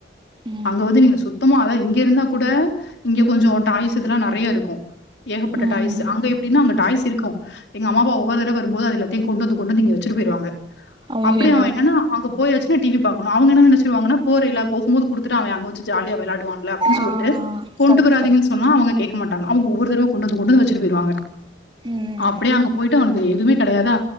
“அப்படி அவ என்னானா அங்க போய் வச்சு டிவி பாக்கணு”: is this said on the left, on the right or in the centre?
Left